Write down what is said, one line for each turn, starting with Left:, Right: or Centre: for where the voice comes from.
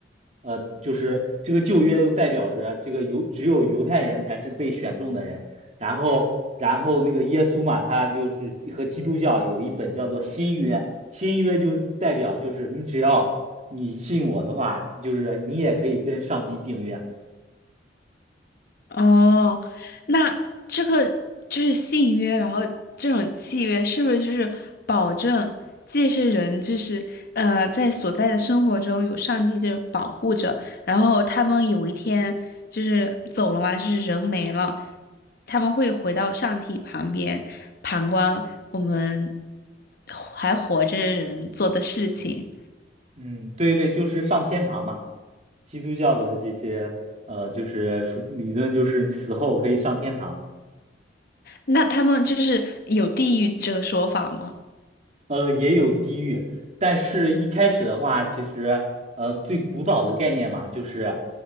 Right: 呃，就是这个旧约就代表着这个犹只有犹太人才是被选中的人，然后然后那个耶稣嘛，他就是和基督教有一本叫做新约，新约就代表就是你只要你信我的话，就是你也可以跟上帝订约，
Left: 哦，那这个就是信约，然后这种契约是不是就是保证既是人，就是呃，在所在的生活中有上帝这保护着，然后他们有一天就是走了嘛，就是人没了，他们会回到上帝旁边旁观我们还活着的人做的事情。
Right: 嗯，对对，就是上天堂嘛，基督教的这些呃就是说理论就是你死后可以上天堂。
Left: 那他们就是有地狱这个说法吗？
Right: 呃，也有地狱，但是一开始的话，其实呃最古早的概念嘛，就是